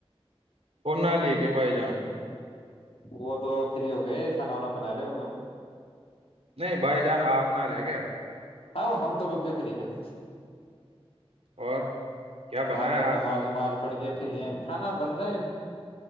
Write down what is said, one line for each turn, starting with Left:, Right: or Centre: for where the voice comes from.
Right: اور نہ لے کے بائی جان
Left: وہ تو فری ہو گئے کھانا وانا بنا رہے وہ تو
Right: نہیں بھائی جان آپ نہ لے کے
Left: ہاں ہم تو کب کے فری ہیں
Right: اور کیا بنایا
Left: نہ کر
Right: آج
Left: نماز وماز پڑ گیا پھر یہ کھانا بند رہا ہے ابھی